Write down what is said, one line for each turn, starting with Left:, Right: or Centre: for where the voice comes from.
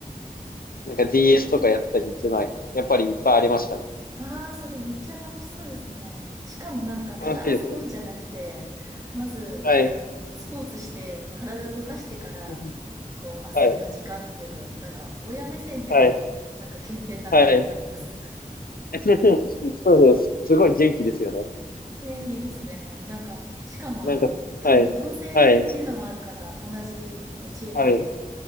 Left: なんか DS とかやったりっていうのは、やっぱりいっぱいありましたね。
Right: ああそれめっちゃ楽しそうですね。しかもなんか、ただ遊ぶんじゃなくて、
Left: 楽しいですね。
Right: まず、
Left: はい。
Right: あの、スポーツして、体を動かしてから、
Left: <laughs>
Right: こう、
Left: はい。
Right: 遊びの時間っていうのだと、なんか、親目線でも、
Left: はい。
Right: なんか健全だなって思います。
Left: はい。<laughs> そうです。すごい元気ですよね。
Right: <laughs> ええ、いいですね。なんか、しかもあの、
Left: なんか、
Right: 多分同性っていうのもあるから、
Left: はい。はい。
Right: 同じそのチームで、
Left: はい。